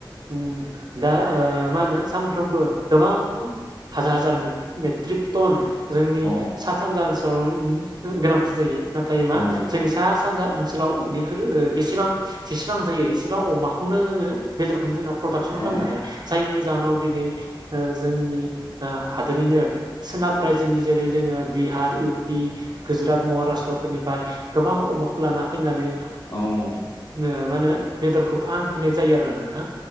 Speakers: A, on the right; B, on the left.
A: उम दा ओ मा होनो सानफ्रोमबो गोबां हाजार हाजार मे-मेट्रिक टन जोंनि
B: औ
A: सा सानजा ओनसोलाव गोनांथि जायो नाथाय मा
B: औ
A: जोंनि सा सानजा ओनसोलाव बेफोरो ओ बेसेबां जेसेबां जायो इसेबां अमाखौनो जोङो बेदरखौनो जोंनाव प्रडाक्सन खामनो
B: औ
A: हाया जायनि जाहोनाव दिनै ओ जोंनि हादोरनिनो ओ सोनाब रायजोनि जेरै जोङो बिहार इउ पि गुजरात महाराष्ट्र फोरनिफ्राय गोबां अमाखौ लाना फैनानै
B: औ
A: ओ मा होनो बेदरखौ फानफैननाय जायो आरो नोंथां